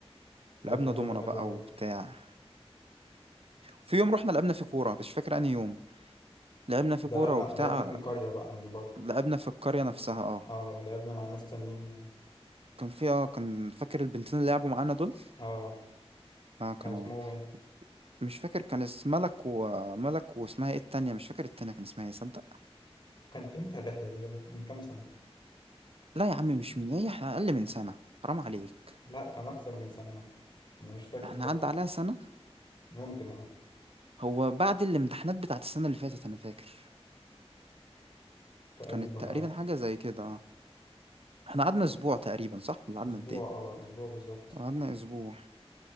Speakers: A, on the left; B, on the right.
A: ده
B: لعبنا
A: كان
B: دومنا
A: يوم حلو
B: بقى
A: أوي
B: وبتاع في يوم رحنا لعبنا في كورة مش فاكر أنهي يوم لعبنا في
A: ده
B: كورة
A: لع-
B: وبتاع
A: لعبنا في القرية بقى مش بره
B: لعبنا في القرية نفسها اه
A: اه ولعبنا مع ناس تانيين
B: كان في اه كان فاكر البنتين اللي لعبوا معانا دول
A: اه
B: اه كانوا
A: كان اسمهم ايه
B: مش فاكر كان اسم ملك وملك واسمها ايه التانية مش فاكر التانية كان اسمها ايه صدق
A: كانت امتى الرحله دي بقى من كام سنه
B: لا يا عم مش من ايه احنا أقل من سنة حرام عليك
A: لا كان اكتر من سنه انا مش فاكر
B: احنا
A: خالص
B: عدى عليها سنة
A: ممكن اه
B: هو بعد الامتحانات بتاعت السنة اللي فاتت أنا فاكر
A: تقريبا
B: كانت تقريبا
A: اه
B: حاجة زي كده اه احنا قعدنا أسبوع تقريبا صح ولا قعدنا
A: اسبوع
B: قد ايه؟
A: اه اسبوع بالظبط
B: قعدنا أسبوع